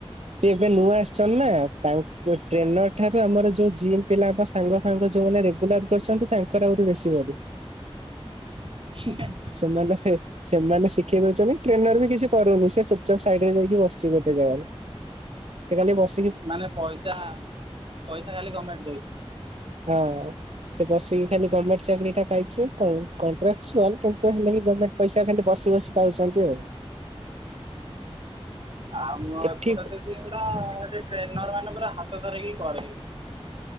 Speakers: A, on the right; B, on the right.
A: ସିଏ ଏବେ ନୂଆ ଆସିଛନ୍ତି ନା ତାଙ୍କ ଟ୍ରେନର ଠାରୁ ଆମର ଯୋଉ ଜିମ୍ ପିଲାଙ୍କ ସାଙ୍ଗ ଫାଙ୍ଗ ଯୋଉମାନେ ରେଗୁଲାର କରୁଛନ୍ତି ତାଙ୍କର ଆହୁରି ବେଶୀ ବଡି।
B: <inaudible>
A: ସେମାନେ ସେ ସେମାନେ ଶିଖେଇ ଦଉଛନ୍ତି ଟ୍ରେନର ବି କିଛି କରୁନି ସେ ଚୁପଚାପ ସାଇଡ ରେ ଯାଇକି ବସିଛି ଗୋଟେ ଜାଗାରେ ସେ ଖାଲି ବସି
B: ମାନେ ପଇସା ପଇସା ଖାଲି ଗମେଣ୍ଟ ଦଉଛି।
A: ହଁ। ସେ ବସିକି ଖାଲି ଗମେଣ୍ଟ ଚାକିରିଟା ପାଇଚି କ କଣ୍ଟ୍ରାକଚୁଆଲ୍ କିନ୍ତୁ ହେଲେ ବି ଗମେ ପଇସା ଖାଲି ବସି ବସି ପାଉଛନ୍ତି ଆଉ।
B: ଆମ
A: ଏଠି
B: ଏପଟେ ତ ଯିମ୍ ଗୁଡ଼ା ଟ୍ରେନର ମାନେ ପୁରା ହାତ ଧରିକି କରେଇବେ।